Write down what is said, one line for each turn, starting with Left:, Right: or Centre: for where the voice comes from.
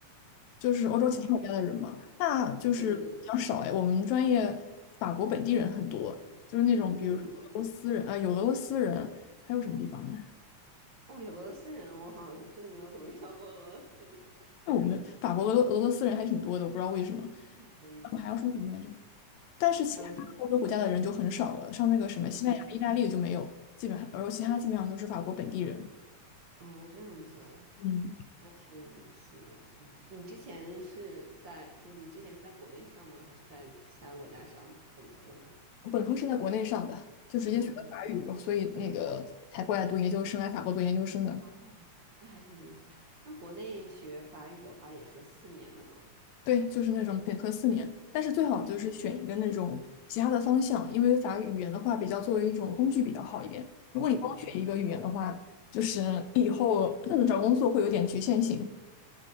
Left: 就是欧洲其他国家的人嘛，
Right: 在法国
Left: 那就是比较少哎。
Right: 对对对，
Left: 我们专业法国本地人很多，就是那种比如说俄罗斯人啊、
Right: 嗯嗯嗯，
Left: 有俄罗斯人，还有什么地方的人？
Right: 哇，有俄罗斯人，我好像真的没有怎么遇到过俄罗斯人，<laughs>
Left: 我们法国、俄罗俄罗斯人还挺多的，我不知道为什么。
Right: 那挺有意思的。
Left: 我还要说什么来着？但是其他欧洲国家的人就很少了，
Right: 还是，
Left: 像那个什么西班牙、
Right: 哦
Left: 意大利就没有，基本上，而其他基本上都是法国本地人。
Right: 哦，这样子啊，
Left: 嗯，
Right: 那挺有意思的。嗯，你之前是在，就是你之前是在国内上吗？还是在其他国家上本科呢？
Left: 我本科是在国内上的，就直接学的法语，
Right: 哦，
Left: 所以那个才过来读研究生，来法国读研究生的。
Right: 哦，那还挺有意思。那国内学法语的话也是四年的嘛？
Left: 对，就是那种本科四年，但是最好就是选一个那种其他的方向，因为法语语言的话，比较作为一种工具比较好一点。如果你光学一个语言的话，
Right: 嗯嗯嗯，
Left: 就是你以后，嗯找工作会有点局限性。